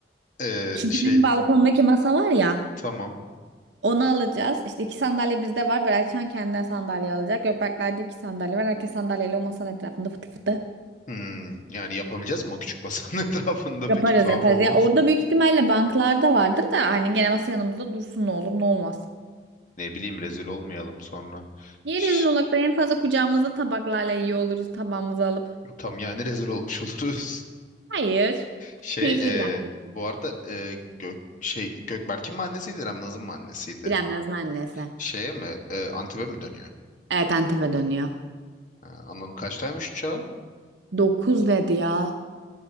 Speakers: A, on the left; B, on the right.
A: Ee,
B: Şu
A: şey
B: bizim balkondaki masa var ya
A: tamam.
B: onu alacağız. İşte iki sandalye bizde var. Beratcan kendine sandalye alacak. Gökberkler'de iki sandalye var. Herkes sandalyeyle o masanın etrafında fıtı fıtı.
A: Hmm, yani yapabileceğiz mi o küçük basanın <laughs> etrafında
B: Yaparız
A: peki tuhaf
B: yaparız.
A: olmaz
B: Ya orada
A: mı?
B: büyük ihtimalle banklarda vardır da hani gene masa yanımızda dursun ne olur ne olmaz.
A: Ne bileyim rezil olmayalım sonra.
B: Niye
A: Şş,
B: rezil olarak da en fazla kucağımızda tabaklarla yiyor oluruz tabağımızı alıp?
A: tam yani rezil olmuş <laughs> oluruz.
B: Hayır.
A: Şey
B: Keyifli bir aktivite.
A: e, bu arada e, Gök şey Gökberk'in mi annesiydi Remnaz'ın mı annesiydi?
B: İrem Naz'ın annesi.
A: Şeye mi e, Antep'e mi dönüyor?
B: Evet Antep'e dönüyor.
A: Ha, anladım kaçtaymış uçağı?
B: 9 dedi ya.